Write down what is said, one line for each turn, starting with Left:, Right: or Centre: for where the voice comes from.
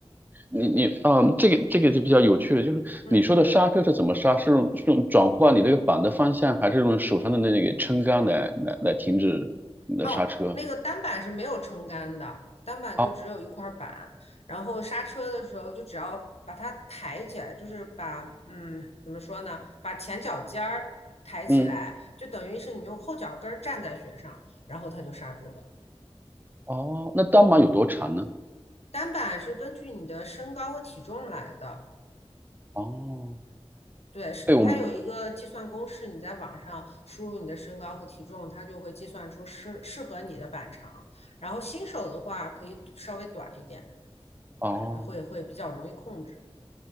Right: 你你，嗯，这个这个就比较有趣了，就是你说的刹车是怎么刹？
Left: 嗯。
Right: 是用是用转换你这个板的方向，还是用手上的那个撑杆来来来停止你的刹车？
Left: 哦，那个单板是没有撑杆的，单板就只有一块板，
Right: 啊，
Left: 然后刹车的时候就只要把它抬起来，就是把嗯怎么说呢，把前脚尖儿抬起来，
Right: 嗯，
Left: 就等于是你用后脚跟儿站在雪上，然后它就刹住了。
Right: 哦，那单板有多长呢？
Left: 单板是根据你的身高和体重来的，
Right: 哦，
Left: 对，是它有一个计算公式，
Right: 对，我们，
Left: 你在网上输入你的身高和体重，它就会计算出适适合你的板长。然后新手的话，可以稍微短一点，
Right: 哦。
Left: 这会会比较容易控制。